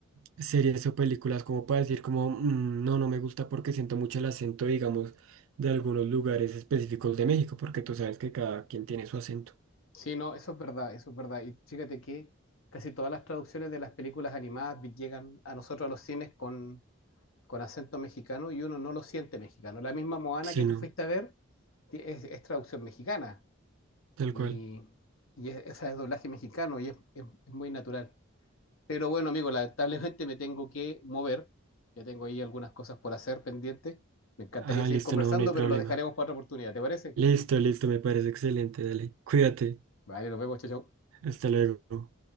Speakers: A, on the right; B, on the left.
A: series o películas como para decir como, "Mm, no, no me gusta porque siento mucho el acento, digamos, de algunos lugares específicos de México, porque tú sabes que cada quien tiene su acento.
B: Sí, no, eso es verdad, eso es verdad. Y fíjate que casi todas las traducciones de las películas animadas vi- llegan a nosotros a los cines con, con acento mexicano y uno no lo siente mexicano. La misma Moana
A: Sí,
B: que tú
A: no,
B: fuiste a ver ti- es, es traducción mexicana
A: tal
B: y,
A: cual.
B: y es- esa es doblaje mexicano y es, es- es muy natural. Pero bueno, amigo, lamentablemente me tengo que mover. Ya tengo ahí algunas cosas por hacer pendientes. Me encantaría
A: Ah,
B: seguir
A: listo,
B: conversando,
A: no, no hay problema.
B: pero lo dejaremos para otra oportunidad, ¿te parece?
A: Listo, listo, me parece excelente, dale. Cuídate.
B: Vale, nos vemos, chao, chao.
A: Hasta luego.